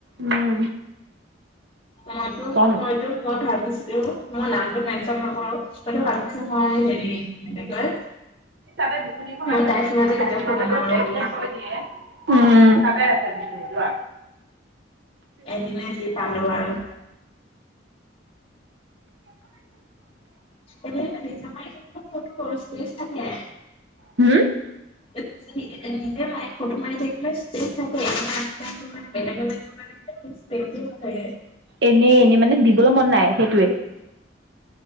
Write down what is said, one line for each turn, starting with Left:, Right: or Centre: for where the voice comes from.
Right: উম
Left: মইতো
Right: কম
Left: মইতো মই ভাবিছিলো মই নামটো মেনচন নকৰো মইতো ভাবিছো মই হেৰি কি কয়
Right: তাতে বিচনীখন
Left: মই
Right: আছে
Left: তাইৰ
Right: বিচীখন
Left: ফোনত যে
Right: <unintelligible>
Left: কেতিয়াও ফটো নামাৰো বুলি
Right: উম, তাতে আছে বিচনি যোৱা
Left: এদিনে যি পালো আৰু। এনে নিজৰ মাৰি থাকিব ফটো স্পেচ থাকে
Right: হম?
Left: এ এ নিজে মাৰি ফটো মাৰি থাকিবলে স্পেচ থাকে বেলেগে মাৰিব কাৰণে স্পেচে নাথাকে
Right: এনেই এনেই মানে দিবলৈ মন নাই, সেইটোৱে।